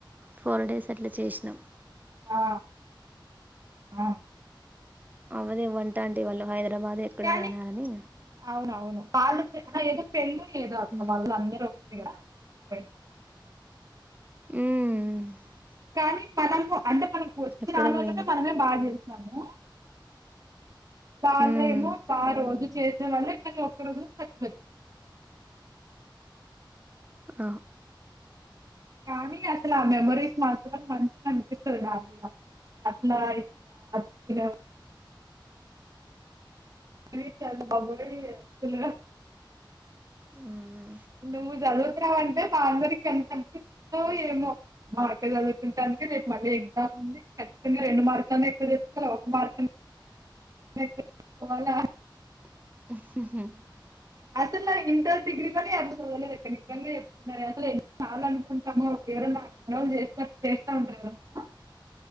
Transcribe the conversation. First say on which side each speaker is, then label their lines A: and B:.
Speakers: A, on the right; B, on the right.
A: ఫోర్ డేస్ అట్ల చేసినం
B: ఆ అ
A: అవదే వంటా ఆంటీ వాళ్ళు హైదరాబాద్ ఎక్కడో
B: కానీ
A: పోయినారని
B: అవునవును వాళ్ళు అహ ఏదో పెళ్ళు ఏదో అక్క
A: ఉమ్
B: వాళ్ళు అందరు ఒకటే కడా పోయినారు.
A: మ్
B: కానీ మనము అంటే మనకు వచ్చి
A: ఎక్కడో
B: రానోళ్ళమే
A: పోయింది
B: మనమే బాగా చేస్తాము. వాళ్ళేమో
A: ఉమ్
B: బా రోజు చేసే వాళ్ళే కనీ ఒక్క రోజులో <inaudible>
A: అ
B: కానీ అసల మెమోరీస్ మాత్రం మంచిగనిపిస్తది నాక్ గుడ అట్లా అట్టిగా మీ చాలా బబులే <unintelligible>
A: ఆ
B: నువ్వు చదువుతావంటే మా అందరికి ఎంత అనిపిస్తుందో ఏమో మా అక్క చదువు ఉంటాన్కె రేప్ మళ్ళీ ఎగ్జామ్ ఉంది ఖచ్చితంగా రెండు మార్కులన్న ఎక్కు తెచ్చుకో ఒక మార్క్ అ తెచ్చుకోవాల
A: <inaudible>
B: అసల ఇంటర్ డిగ్రీతోని అంత చదవలేద్ అక్క నిజంగ చెప్తున్నార్ అసల్ ఎన్ని సార్లు అనుకుంటామో ఎవరన్న ఫోన్ చేస్త చేస్తా ఉంటరు ఎవరన్న